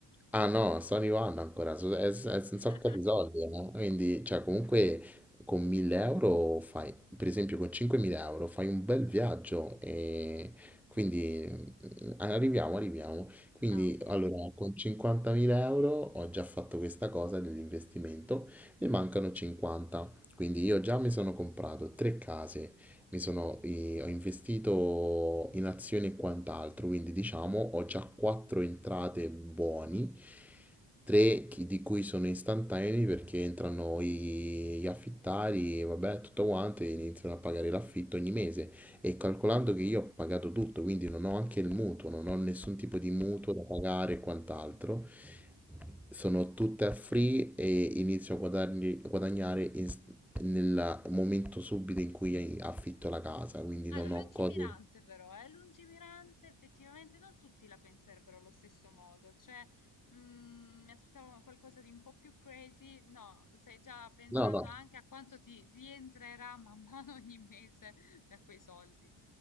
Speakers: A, in the centre; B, on the left (about 45°).
A: Ah no, Sony One ancora, su- è- è senza
B: <laughs>
A: un sacco di soldi, no? Quindi, cioè, comunque con 1000 euro fai, per esempio con 5.000 euro fai un bel viaggio e quindi mm, arriviamo, arriviamo. Quindi,
B: Ah, ok.
A: allora, con 50.000 euro ho già fatto questa cosa dell'investimento, ne mancano 50. Quindi io già mi sono comprato tre case, mi sono, eh, ho investito in azioni e quant'altro, quindi diciamo ho già quattro entrate buoni, tre chi- di cui sono istantanei perché entrano i- gli affittari, vabbè, tutto quanto e iniziano a pagare l'affitto ogni mese e calcolando che io ho pagato tutto, quindi non ho anche il mutuo, non ho nessun tipo di mutuo da pagare e quant'altro. Sono tutte a free e inizio a guadagni- a guadagnare in- nel momento subito in cui affitto la casa, quindi
B: Ah,
A: non
B: lungimirante
A: ho cose...
B: però, eh? Lungimirante, effettivamente non tutti la penserebbero allo stesso modo, cioè mm, mi aspettavo qualcosa di un po' più crazy, no, stai già pensando
A: No, no,
B: anche a quanto ti rientrerà man mano ogni mese da quei soldi.